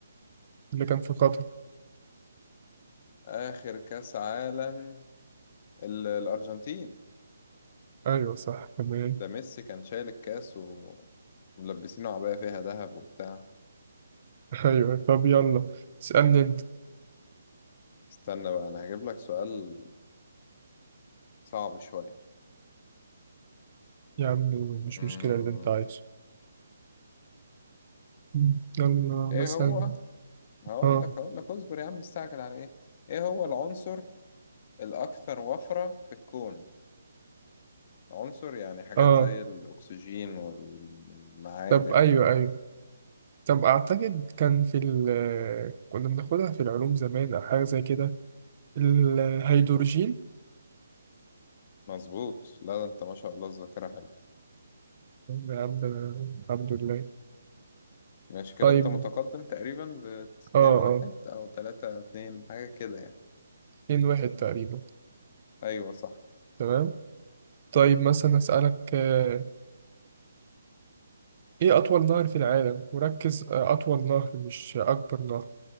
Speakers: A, on the right (about 40°); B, on the left (about 35°).
A: اللي كان في قطر؟
B: اخر كاس عالم ال- الارجنتين
A: أيوه صح تمام
B: ده ميسي كان شايل الكاس و- وملبسينه عباية فيها ذهب وبتاع
A: <laughs> أيوه طب يلا اسألني أنت
B: استنى بقى انا هجيب لك سؤال صعب شوية
A: يا عم مش
B: أمم،
A: مشكلة اللي أنت عايزه مم. يلا
B: ايه
A: مثلا
B: هو هقول
A: آه
B: لك هقول لك اصبر يا عم مستعجل على ايه ايه هو العنصر الاكثر وفرة في الكون عنصر يعني حاجات
A: آه
B: زي الأكسجين والمعادن
A: طب أيوه أيوه طب أعتقد كان في ال كنا بناخدها في العلوم زمان أو حاجة زي كده الهيدروجين
B: مظبوط لا ده أنت ما شاء الله الذاكرة حلوة
A: يا عبد الحمد لله
B: ماشي كده
A: طيب
B: أنت متقدم تقريبا ب 2
A: اه
B: 1
A: اه
B: أو 3 2 حاجة كده يعني
A: اتنين واحد تقريبا
B: أيوه صح
A: تمام طيب مثلا أسألك آه، إيه أطول نهر في العالم وركز آه، أطول نهر مش أكبر نهر